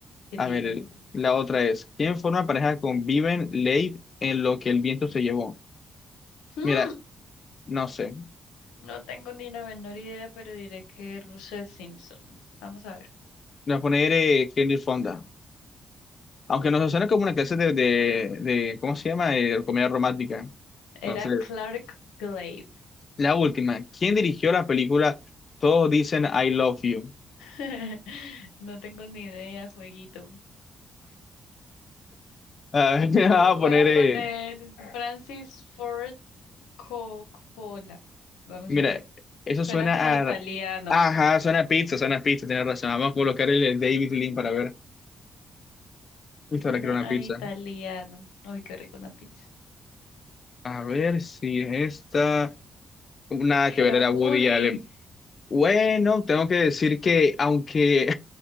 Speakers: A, on the left; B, on the left.
A: ¿quién
B: A
A: diría?
B: ver, el- la otra es, ¿quién forma pareja con Viven Late en lo que el viento se llevó?
A: Hmm,
B: Mira, no sé,
A: No tengo ni la menor idea, pero diré que Russell Simpson. Vamos a ver.
B: voy a poner eh, Henry Fonda, aunque nos suena como una clase de, de, de- ¿cómo se llama? Eh, comedia romántica.
A: Era
B: Entonces,
A: Clark Gable.
B: la última, ¿quién dirigió la película Todos dicen I love you?
A: <laughs> No tengo ni idea, jueguito.
B: A ver, <laughs> me
A: Vo-
B: va a poner,
A: Voy a poner
B: eh,
A: Francis Ford Coppola. Vamos
B: mira,
A: a ver.
B: eso
A: Suena
B: suena
A: como italiano.
B: a... Ajá, suena a pizza, suena a pizza, tienes razón. Vamos a colocar el, el David Lean para ver. Listo,
A: Suena
B: ahora quiero una
A: a
B: pizza.
A: italiano. Ay, qué rico una pizza.
B: A ver si es esta. Nada que
A: Era
B: ver, era
A: Woody.
B: Woody Allen. Bueno, tengo que decir que aunque